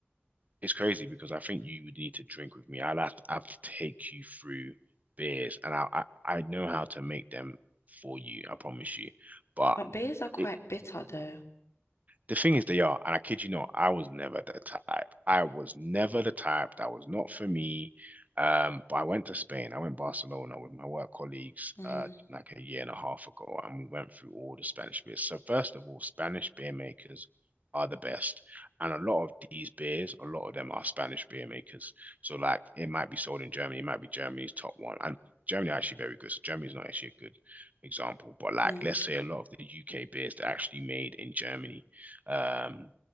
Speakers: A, on the right; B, on the left.
A: it's crazy because I think you would need to drink with me. I'll have to, I have to take you through beers, and I, I I know how to make them for you. I promise you. But
B: But beers are quite
A: it
B: bitter though.
A: The thing is, they are, and I kid you not, I was never the type. I was never the type. That was not for me. Um, but I went to Spain. I went to Barcelona with my work colleagues
B: Mm-hmm.
A: uh, like a year and a half ago, and we went through all the Spanish beers. So first of all, Spanish beer makers are the best, and a lot of these beers, a lot of them are Spanish beer makers. So like, it might be sold in Germany. It might be Germany's top one, and Germany are actually very good. So Germany's not actually a good example, but like
B: Mm.
A: let's say a lot of the UK beers that are actually made in Germany, um,